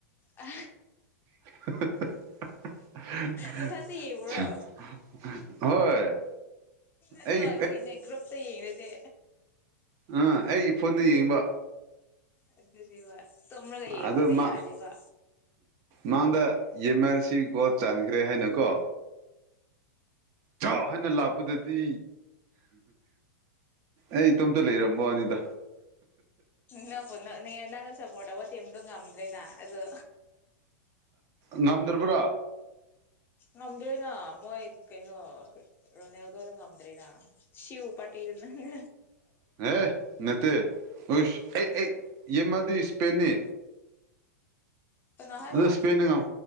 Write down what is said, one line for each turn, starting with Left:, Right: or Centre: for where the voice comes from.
Left: ꯑ
Right: <unintelligible>
Left: ꯅꯊꯟꯇ ꯌꯦꯡꯕ꯭ꯔꯣ
Right: ꯍꯣꯏ
Left: ꯑꯗꯨ
Right: ꯑꯩ
Left: ꯍꯥꯏꯕꯒꯤꯅꯦ ꯒ꯭ꯔꯨꯞꯇ ꯌꯦꯡꯉꯨꯗꯤ
Right: ꯎꯥ ꯑꯩ ꯐꯣꯟꯗ ꯌꯦꯡꯕ
Left: ꯑꯗꯨꯅꯦꯕ ꯇꯣꯝꯂꯒ ꯌꯦꯡꯕꯗ
Right: ꯑꯗꯨ ꯃꯥ
Left: ꯌꯥꯗꯦꯕ
Right: ꯃꯥꯡꯗ ꯌꯦꯦꯝ ꯑꯔ ꯁꯤ ꯒꯣ ꯆꯥꯟꯈ꯭ꯔꯦ ꯍꯥꯏꯅꯀꯣ ꯆꯥꯎꯥꯛ ꯍꯥꯏꯅ ꯂꯥꯛꯄꯗꯗꯤ ꯑꯩ ꯏꯇꯣꯝꯇ ꯂꯩꯔꯝꯃ ꯋꯥꯅꯤꯗ
Left: ꯅꯛꯄꯣ ꯅꯛꯅꯤꯡꯉ ꯅꯪꯅ ꯁꯞꯄꯣꯔꯠ ꯇꯧꯕ ꯇꯦꯝꯗꯣ ꯉꯝꯗ꯭ꯔꯦꯅ ꯑꯗꯣ
Right: ꯉꯝꯗ꯭ꯔꯕ꯭ꯔꯥ
Left: ꯉꯝꯗ꯭ꯔꯦꯅ ꯃꯣꯏ ꯀꯩꯅꯣ ꯔꯣꯅꯦꯌꯥꯗꯣꯗ ꯉꯝꯗ꯭ꯔꯦꯅ ꯁꯤꯨ ꯄꯥꯔꯇꯤ ꯗꯅ ꯍꯦ
Right: ꯑꯦ ꯅꯠꯇꯦꯁ ꯑꯩ ꯌꯦꯃꯜꯗꯤ ꯏꯁꯄꯦꯟꯅꯤ
Left: ꯀꯩꯅꯣ ꯍꯥꯏꯕ
Right: ꯑꯗꯨ ꯏꯁꯄꯦꯟꯅ ꯉꯝ